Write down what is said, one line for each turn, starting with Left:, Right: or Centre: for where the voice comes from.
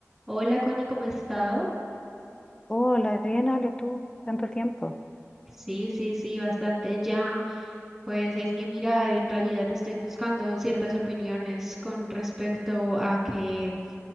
Centre: Hola Connie, ¿cómo has estado?
Left: Hola, bien, Ale, tú, tanto tiempo.
Centre: Sí, sí, sí, bastante ya. Pues es que mira, en realidad estoy buscando ciertas opiniones con respecto a que